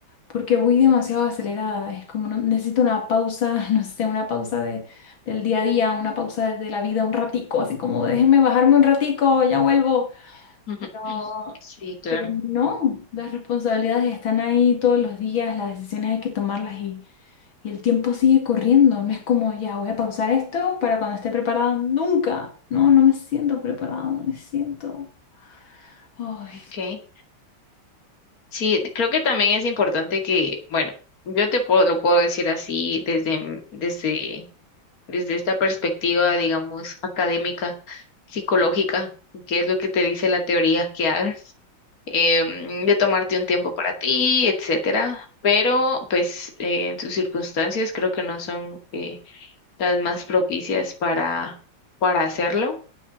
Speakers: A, on the left; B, on the left.
A: porque voy demasiado acelerada, es como no- necesito una pausa, <laughs> no sé, una pausa de, del día a día, una pausa de la vida un ratico, así como déjenme bajarme un ratico, ya vuelvo.
B: ujú.
A: Pero,
B: Sí, claro.
A: pero no, las responsabilidades están ahí todos los días, las decisiones hay que tomarlas y, y el tiempo sigue corriendo, no es como ya voy a pausar esto para cuando esté preparada, nunca, no, no me siento preparada, no me siento... Ay.
B: Okay. Sí, creo que también es importante que, bueno, yo te puedo, lo puedo decir así desde, m- desde, desde esta perspectiva, digamos, académica, psicológica, que es lo que te dice la teoría que hagas. em, de tomarte un tiempo para ti, etcétera. Pero, pues, eh, en tus circunstancias creo que no son eh, las más propicias para, para hacerlo.